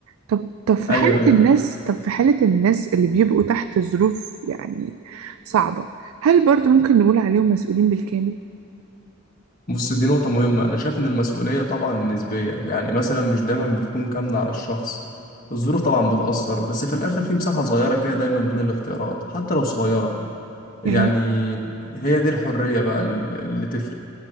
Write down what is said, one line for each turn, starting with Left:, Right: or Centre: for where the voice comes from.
Right: طب طب في
Left: أيوه
Right: حالة
Left: أيوه
Right: الناس طب في حالة الناس اللي بيبقوا تحت ظروف يعني صعبة هل برضو ممكن نقول عليهم مسؤولين بالكامل؟
Left: بص دي نقطة مهمة أنا شايف إن المسؤولية طبعا نسبية يعني مثلا مش دايما بتكون كاملة على الشخص الظروف طبعا بتأثر بس في الآخر في مساحة صغيرة كده دايما بين الاختيارات حتى لو صغيرة يعني
Right: يعني
Left: هي دي الحرية بقى ال- اللي تفرق